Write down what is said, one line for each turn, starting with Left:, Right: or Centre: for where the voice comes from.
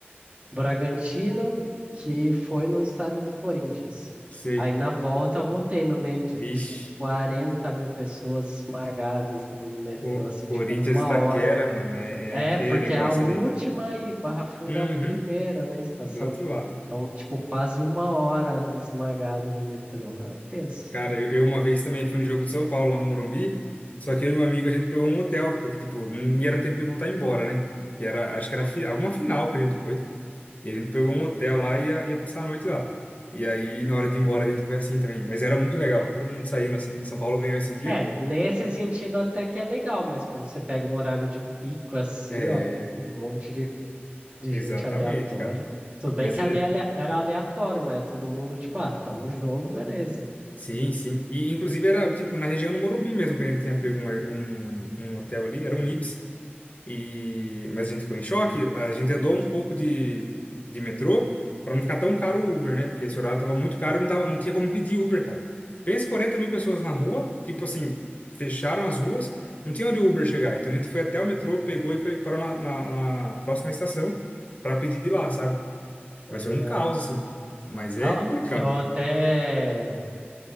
Right: Bragantino, que foi no estádio do Corinthians.
Left: sei.
Right: Aí na volta eu voltei no meio de,
Left: Vixe,
Right: tipo, 40 mil pessoas esmagadas no, no metrô,
Left: Co-
Right: assim,
Left: Corinthians
Right: tipo, uma
Left: e Itaquera,
Right: hora.
Left: mano, é,
Right: É,
Left: é feio
Right: porque
Left: o negócio
Right: é a última
Left: ali.
Right: e Barra Funda
Left: Uhum,
Right: é a primeira, né, estação.
Left: do outro lado.
Right: Então, tipo, quase uma hora esmagado no metrô lá. Tenso.
Left: Cara, eu, eu uma vez também fui no jogo de São Paulo, lá no Morumbi. Só que eu e meu amigo, a gente pegou um hotel, porque, tipo, não ia era tempo de voltar embora, né? E era, acho que era fi- alguma final que a gente foi. E a gente pegou um hotel lá e ia, ia passar a noite lá. E aí, na hora de ir embora, a gente foi assim também. Mas era muito legal, todo mundo saindo assim. São Paulo ganhou esse dia.
Right: É, nesse sentido até que é legal, mas quando você pega um horário de pico assim,
Left: É,
Right: ó, um monte de, de
Left: exatamente,
Right: gente aleatória.
Left: cara.
Right: Tudo bem
Left: Mas
Right: que
Left: é,
Right: ali é ale- era aleatório, mas é todo mundo, tipo, ah, tá no jogo, beleza.
Left: Sim, sim. E inclusive era tipo na região do Morumbi mesmo que a gente tinha pego um, ar- um, um hotel ali, era um Ibis. E mas a gente ficou em choque, a gente andou um pouco de, de metrô para não ficar tão caro o Uber, né? Porque esse horário tava muito caro, não tava, não tinha como pedir Uber, cara. Pensa 40 mil pessoas na rua, tipo assim, fecharam as ruas, não tinha onde o Uber chegar. Então a gente foi até o metrô,
Right: Não,
Left: pegou e foi parou na, na, na próxima estação para pedir de lá, sabe?
Right: tô
Left: Mas
Right: ligado.
Left: foi um caos assim. Mas é
Right: Ó,
Left: complicado,
Right: eu até